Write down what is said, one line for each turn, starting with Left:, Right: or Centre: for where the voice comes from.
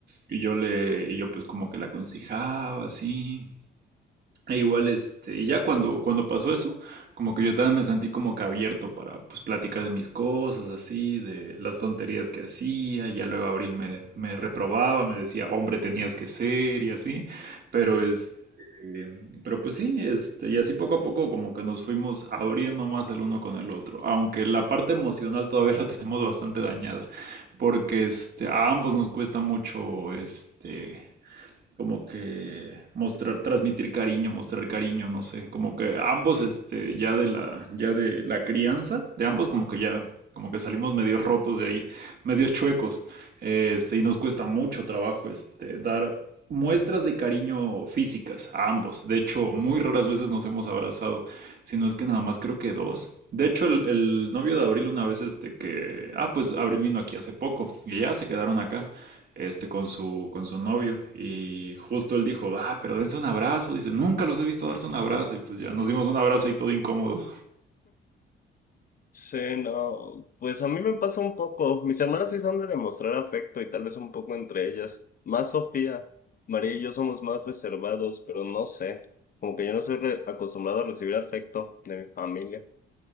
Right: y yo le, y yo pues como que la aconsejaba así. E igual, este, y ya cuando, cuando pasó eso, como que yo también me sentí como que abierto para pues platicar de mis cosas, así, de las tonterías que hacía, ya luego Abril me, me reprobaba, me decía, hombre, tenías que ser y así, pero este, pero pues sí, este, y así poco a poco como que nos fuimos abriendo más el uno con el otro, aunque la parte emocional todavía la tenemos bastante dañada, porque este, a ambos nos cuesta mucho, este como que mostrar, transmitir cariño, mostrar cariño, no sé, como que ambos, este, ya de la, ya de la crianza, de ambos como que ya, como que salimos medio rotos de ahí, medios chuecos, este, y nos cuesta mucho trabajo, este, dar muestras de cariño físicas a ambos. De hecho, muy raras veces nos hemos abrazado, si no es que nada más creo que dos. De hecho, el, el novio de Abril una vez, este, que, ah, pues Abril vino aquí hace poco, y ya se quedaron acá este, con su, con su novio. Y justo él dijo, ah, pero dense un abrazo. Dice, nunca los he visto darse un abrazo. Y pues ya nos dimos un abrazo y todo incómodo.
Left: Sí, no, pues a mí me pasa un poco. Mis hermanas sí son de demostrar afecto y tal vez un poco entre ellas. Más Sofía. María y yo somos más reservados, pero no sé. Como que yo no soy re- acostumbrado a recibir afecto de mi familia.